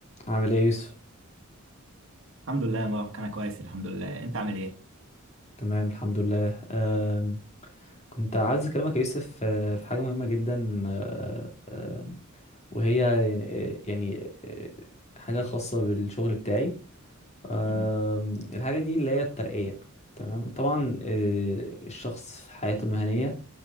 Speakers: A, on the left; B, on the right.
A: عامل ايه يا يوسف
B: الحمد لله يا مبارك انا كويس الحمد لله انت عامل ايه
A: تمام الحمد لله أم، كنت عايز اكلمك يا يوسف أه، في حاجه مهمه جدا أه، أم، وهي أه، يعني أه، حاجه خاصه بالشغل بتاعي أم،
B: مم.
A: الحاجه دي اللي هي الترقيه تمام طبعا أه، الشخص في حياته المهنيه